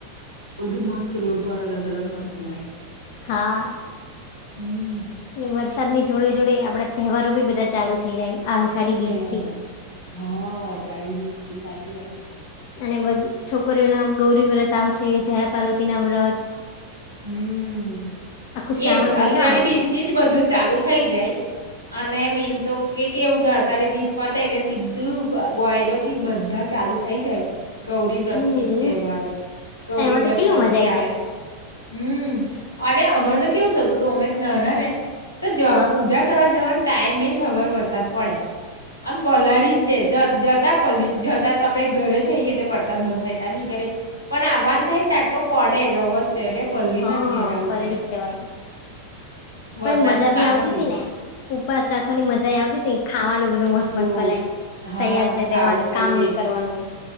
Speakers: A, on the left (about 85°); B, on the left (about 45°).
A: બધું મસ્ત રોડ પર અલગ અલગ મળતું હોય.
B: હા.
A: હમ હમ.
B: અને વરસાદ ની જોડે જોડે આપડા તહેવારો બી બધા ચાલુ થઈ જાય આ- અષાઢી બીજ
A: તહેવારો
B: થી
A: હ સાડી બીસ થી સાચી વાત છે.
B: અને છોકરીઓના ગૌરી વ્રત આવશે જયા પાર્વતી ના વ્રત
A: હમ
B: આખો શ્રાવણ
A: એજ
B: મહિનો
A: અષાઢી
B: આવશે.
A: બીચ થી જ બધું ચાલુ થઇ જાય. અને મેન તો કે કેવું ગાસડીે બીજ પાતા એટલે સીધું ગ્વાયરો થી બધા ચાલુ થઈ જાય. ગૌરી વ્રત
B: હમ્મ,
A: થી જ તહેવારો ગૌરી
B: એમાં તો
A: વ્રત
B: કેટલું
A: પછી
B: મજા આઈ
A: આવે.
B: જાય.
A: હમ અને અમર તો કેવું થતું હતું અમે નાના ને તો
B: હા.
A: પૂજા કરવા જવા ટાઈમે જ હબર વરસાદ પડે અને પલારી જ દેજ જતા પલી જતા તો આપડણે ઘરે જઈએ એટલે વરસાદ બંધ થાય ત્યા નીકળે પણ આવવાન થાય ને તારે તો પડે જ અવશ્ય એટલે પલ્લીને
B: હા
A: જ ઘેર આવવું
B: પરળ
A: પડે.
B: જવાય-
A: વરસાદનું
B: પણ મજા બી
A: કામ
B: આવતી
A: જ
B: હતી
A: એવું
B: ને
A: છે.
B: ઉપવાસ રાખવાની મજા આવતી હતી ને ખાવાનું બધું મસ્ત
A: બહુ
B: મસ્ત મલે.
A: હા
B: તૈયાર છે
A: ખાવું
B: રહેેવાનું
A: ખાઈએ
B: કામ નહી કરવાનું.